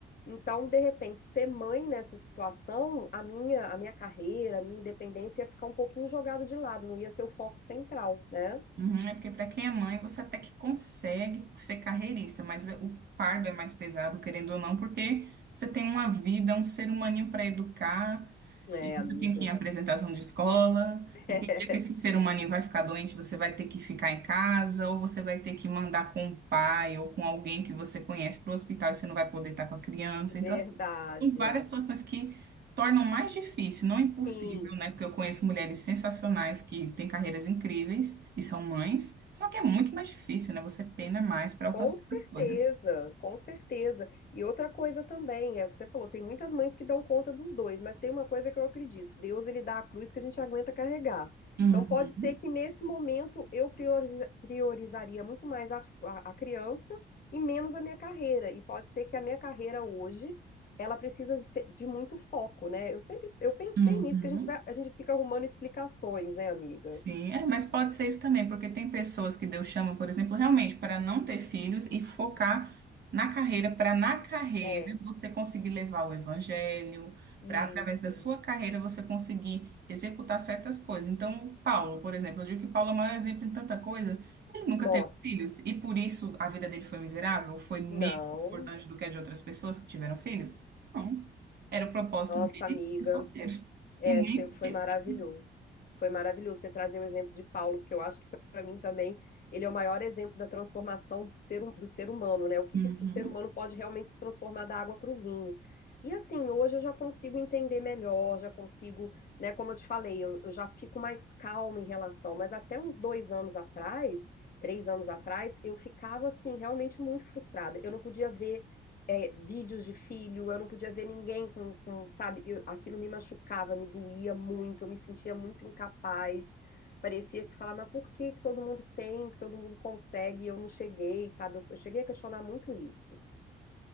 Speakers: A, on the left (about 50°); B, on the right (about 60°).
A: Então, de repente, ser mãe nessa situação, a minha, a minha carreira, a minha independência ia ficar um pouquinho jogada de lado, não ia ser o foco central, né?
B: Uhum, é porque para quem é mãe, você até que consegue ser carreirista, mas o fardo é mais pesado, querendo ou não, porque você tem uma vida, um ser humaninho para educar,
A: É,
B: e você
A: amiga.
B: tem que ir em apresentação de escola,
A: <laughs>
B: e tem dia que esse ser humano vai ficar doente, você vai ter que ficar em casa, ou você vai ter que mandar com o pai ou com alguém que você conhece para o hospital e você não vai poder estar com a criança.
A: É,
B: Então,
A: Verdade,
B: assim, tem várias
A: é.
B: situações que tornam mais difícil, não impossível,
A: Sim.
B: né? Porque eu conheço mulheres sensacionais que têm carreiras incríveis e são mães, só que é muito mais difícil, né? Você pena mais para alcançar
A: Com certeza,
B: essas coisas.
A: com certeza. E outra coisa também, é o que você falou, tem muitas mães que dão conta dos dois, mas tem uma coisa que eu acredito, Deus ele dá a cruz que a gente aguenta carregar.
B: Uhum,
A: Então pode ser que nesse momento eu prioriza- priorizaria muito mais a, a- a criança e menos a minha carreira. E pode ser que a minha carreira hoje, ela precisa de, ser- de muito foco, né? Eu sempre, eu pensei
B: uhum.
A: nisso, porque a gente vai, a gente fica arrumando explicações, né, amiga?
B: Sim, é, mas pode ser isso também, porque tem pessoas que Deus chama, por exemplo, realmente para não ter filhos e focar na carreira, para na carreira
A: É,
B: você conseguir levar o evangelho,
A: isso.
B: para através da sua carreira você conseguir executar certas coisas. Então, Paulo, por exemplo, eu digo que Paulo é o maior exemplo em tanta coisa, ele nunca
A: Nossa,
B: teve filhos e por isso a vida dele foi miserável, foi menos
A: não.
B: importante do que a de outras pessoas que tiveram filhos? Não, era o propósito
A: Nossa,
B: dele
A: amiga,
B: ser solteiro
A: é,
B: e nem
A: cê- foi
B: ter
A: maravilhoso.
B: filho.
A: Foi maravilhoso você trazer o exemplo de Paulo, porque eu acho que para mim também ele é o maior exemplo da transformação do ser, hu- do ser humano, né? O que,
B: Uhum.
A: que o tr- ser humano pode realmente se transformar da água para o vinho. E assim, hoje eu já consigo entender melhor, já consigo, né? Como eu te falei, eu, eu já fico mais calma em relação, mas até uns dois anos atrás, três anos atrás, eu ficava assim, realmente muito frustrada. Eu não podia ver é, vídeos de filho, eu não podia ver ninguém com, com, sabe? Eu- aquilo me machucava, me doía muito, eu me sentia muito incapaz. Parecia que falava, mas por que que todo mundo tem, que todo mundo consegue, e eu não cheguei, sabe? Eu, eu cheguei a questionar muito isso.